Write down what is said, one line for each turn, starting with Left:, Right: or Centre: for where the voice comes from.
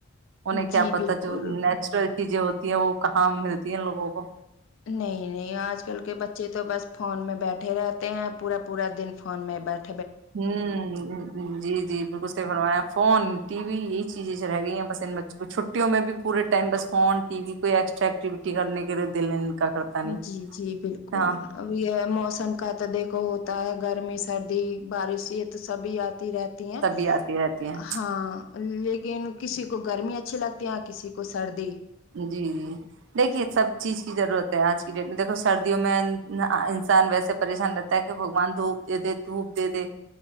Right: انہیں
Left: جی
Right: کیا پتا
Left: بالکل
Right: جو نیچرل ج جوے ہو وہ کہاں ملتی د لوگوگا
Left: نہیں نہیں آج کل کے بچے تو بس فون میں بیٹھے بیٹھے رہتے ہیں پورا پورا دن فون میں بیٹ
Right: ہوں جی جی بالک ص سے فرمایا فون ٹی وی یہی چیزیں رہ گئی ہیں بس ان بچوں کو چھٹیوں میں بھی پورے ٹائم بس فن ٹی وی کوئی ایکسٹرا ایکٹیویٹی کرنے کے لیے دل کا کرتا نہیں
Left: جی جی بالکل
Right: ہاں
Left: اب یہ موسم کا تو دیکھو ہوتا ہے گرمی سردی بارش یہ تو سبھی یا رہتی ہیں
Right: تبھی آتی رہتی ہیں
Left: ہاں لیکن کسی کو گرمی اچھی لگتی ہے کسی کو سردی
Right: جی جی دیکھیے سب چیز کی ضرورت ہے آج کی ڈیٹ میں دیکھو سردیوں میں انسان ویسے پریشان رہتا ہے کہ بگوان دھوپ دے دے دھوپ دے دے